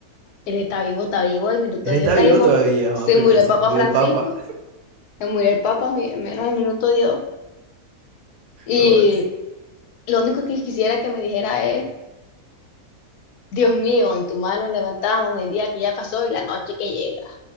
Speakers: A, on the left (about 80°); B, on the right (about 70°).
A: Él está vivo, está vivo, el minuto
B: Él
A: de
B: está
A: Dios está
B: vivo
A: vivo.
B: todavía,
A: Se
B: mamá. Primero
A: murió
B: se
A: el Papa
B: murió
A: Francisco,
B: el papa.
A: se murió el Papa, mi- menos el minuto de Dios. Y
B: Oh, sí.
A: lo único que quisiera que me dijera es Dios mío, en tus manos levantamos el día que ya pasó y la noche que llega.